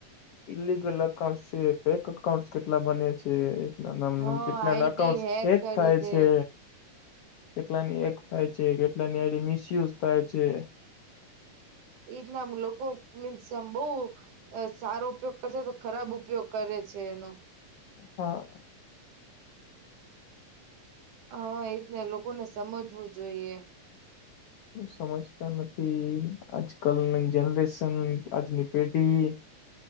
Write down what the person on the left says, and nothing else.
ઇલિગલ અકાઉન્ટ છે ફેક અકાઉંન્ટ કેટલા બને છે. મમ
કેટલાને
અકાઉન્ટ હેક
થાય
છે. કેટલાની એક થાય છે, કેટલાની એડી મિસયુઝ થાય છે.
હા
સમજતા નથી. આજ કલની જનરેશન આજની પેઢી